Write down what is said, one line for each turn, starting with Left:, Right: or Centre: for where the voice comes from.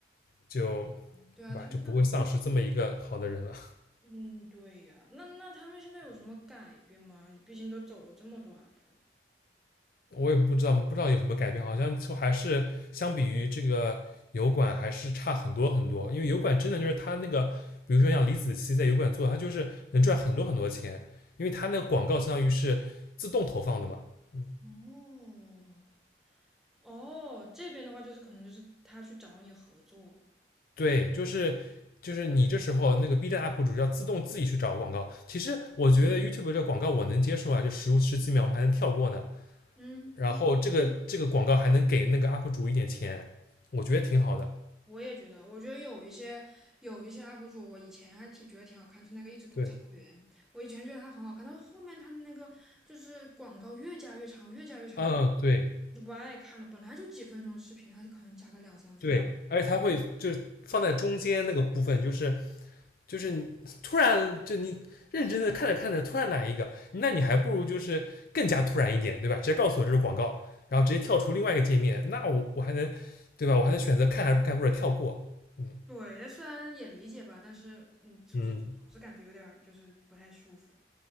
Left: 就
Centre: 对啊，
Left: 对吧，
Centre: 他就那，
Left: 就不会丧失这么一个好的人了。
Centre: 嗯，对呀、那那他们现在有什么改变吗？毕竟都走了这么多 UP 了。
Left: 我也不知道，不知道有什么改变，好像就还是相比于这个油管还是差很多很多。因为油管真的就是它那个，比如说像李子柒在油管做，它就是能赚很多很多钱，因为它那个广告相当于是自动投放的嘛。嗯，
Centre: 哦，哦，这边的话就是可能就是他去找你合作。
Left: 对，就是就是你这时候那个 B 站 UP 主要自动自己去找广告。其实我觉得 YouTube 这个广告我能接受啊，就十十几秒我们还能跳过呢。
Centre: 嗯，
Left: 然后这个这个广告还能给那个
Centre: 对
Left: UP 主一点钱，我觉得挺好的。
Centre: 我也觉得，我觉得有一些有一些 UP 主，我以前还挺觉得挺好看，就那个一直吐槽员，
Left: 对，
Centre: 我以前觉得他很好看，但是后面他的那个就是广告越加越长，越加越长，
Left: 嗯，对。
Centre: 我就不爱看了。本来就几分钟视频，他就可能加个两三分钟。
Left: 对，而且它会就是放在中间那个部分，就是就是你突然就你认真的看着看着，突然来一个，那你还不如就是更加突然一点，对吧？直接告诉我这是广告，然后直接跳出另外一个界面，那我我还能对吧？我还能选择看还是不看或者跳过，嗯
Centre: 对，但虽然也理解吧，但是嗯，就就总是感觉有点儿就是不太舒服。
Left: 嗯，